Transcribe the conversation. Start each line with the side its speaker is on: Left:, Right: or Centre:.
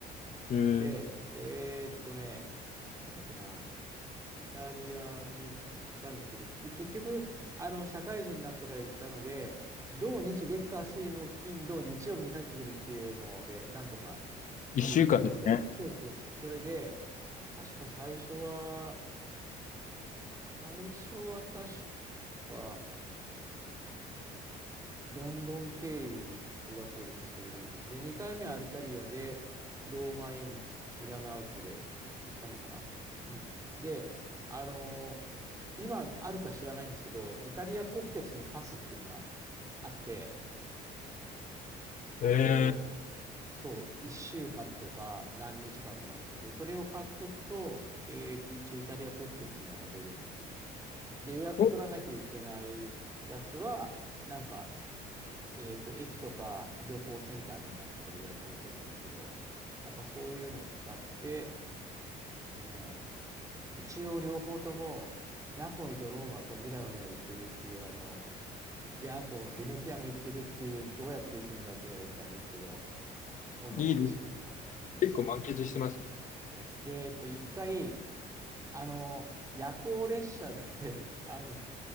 Left: えー、
Right: で、えっとね、なんだっけな、イタリアに行ったんですけど、で、結局、あの、社会人になってから行ったので、土日月火水木金土日曜日に帰ってくるっていうので、なんとか。
Left: 一週間ですね。
Right: 有給を取って、そうそうそう。それで、確か最初は、最初は確か、ロンドン経由の切符が取れて、それで行って、で、2回目はアルタリアで、ローマイン、ミラノアウトで行ったのかなうん。で、あのー今あるか知らないんですけど、イタリア国鉄のパスっていうのがあって、
Left: え
Right: で、そう、1週間とか何日間とかっていうので、それを買っとくと、えっと、一応イタリア国鉄には乗れるっていう。で、予約取らなきゃいけないやつは、
Left: ー、と、
Right: なんか、えっと、駅とか旅行センターみたいなところで予約を取るんですけど、なんかそういうのを使って、えっとね、一応両方とも、ナポリとローマとミラノには行ってるっていう、あの、で、あと、ベネツィアも行ってるっていう、どうやって行くんだって言われるとあれですけど、そんなことしました。
Left: いいです。
Right: うん。
Left: 結構満喫してますね。
Right: で、えっと、一回、あの、夜行列車で <laughs> あの、